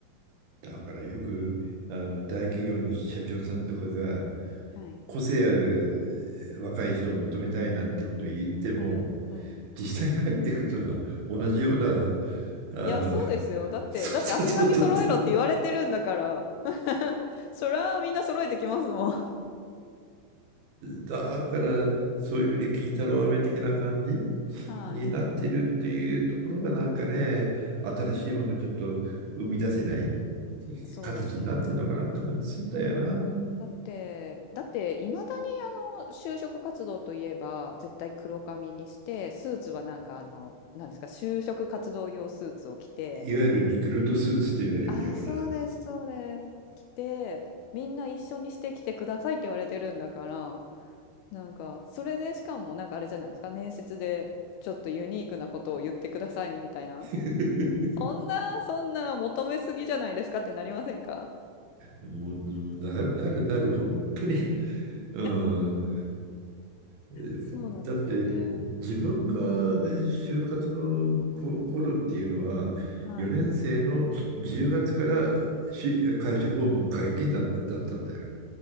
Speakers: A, on the right (about 70°); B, on the left (about 80°).
A: だからよくあの大企業の社長さんとかが
B: うんうん。はい。
A: 個性ある若い人を求めたいなんてことを言っても
B: はい。うん。
A: 実際入ってくるのは同じようなあの
B: いや、そうですよ。だって、
A: そうそうそうそう
B: だって足並み揃えろって言われてるんだから、そりゃみんな揃えてきますもん。
A: だから、そういうふうに金太郎飴的な感じ
B: <laughs> はい。
A: になってるっていうところがなんかね、
B: うんうん。
A: 新しいものをちょっと生み出せない
B: そうですね。
A: 形になってんのかなって感じするんだよな。
B: だって、だっていまだにあの就職活動といえば絶対黒髪にしてスーツはなんかあのなんですか就職活動用スーツを着て
A: いわゆるリクルートスーツと言われるような。
B: 「ああそうですそうです」着てみんな一緒にしてきてくださいって言われてるんだからなんかそれでしかもなんかあれじゃないですか面接でちょっとユニークなことを言ってくださいみたいな
A: <laughs>
B: そんなそんな求めすぎじゃないですかってなりませんか
A: もうなるなるなる、本当に。
B: うん、
A: うん。えーだって自分が、
B: そうなんですよね。
A: ね、就活のこ頃っていうのは4年生の10月からし会社訪問解禁だ、
B: はい。
A: だったんだよ。